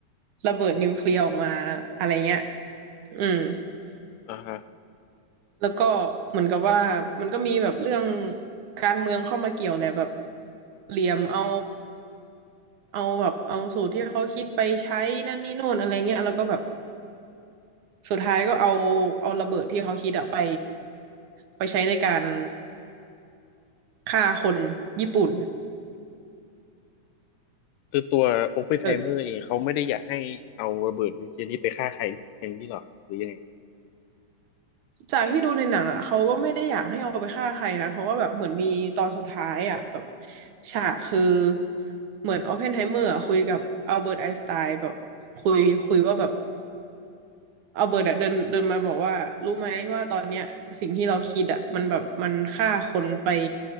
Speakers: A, on the right (about 70°); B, on the left (about 90°).
A: ระเบิดนิวเคลียร์ออกมาอะไรเงี้ยอืม
B: อ่าฮะ
A: แล้วก็เหมือนกับว่ามันก็มีแบบเรื่องการเมืองเข้ามาเกี่ยวแหละแบบเหลี่ยมเอาเอาแบบเอาสูตรที่เขาคิดไปใช้นั่นนี่โน่นอะไรเงี้ยแล้วก็แบบสุดท้ายก็เอาเอาระเบิดที่เขาคิดอะไปไปใช้ในการฆ่าคนญี่ปุ่น
B: คือตัวโอปเพนไฮเมอร์เองเขาไม่ได้อยากให้เอาระเบิดนิวเคลียร์นี้ไปฆ่าใครอย่างนี้หรอหรือยังไง
A: เออ จากที่ดูในหนังอ่ะเขาก็ไม่ได้อยากให้เอาไปฆ่าใครนะเพราะว่าแบบเหมือนมีตอนสุดท้ายอ่ะแบบฉากคือเหมือนออปเพนไฮเมอร์คุยกับอัลเบิร์ตไอน์สไตน์แบบคุยคุยว่าแบบอัลเบิร์ตอะเดินเดินมาบอกว่ารู้ไหมว่าตอนเนี้ยสิ่งที่เราคิดอ่ะมันแบบมันฆ่าคนไป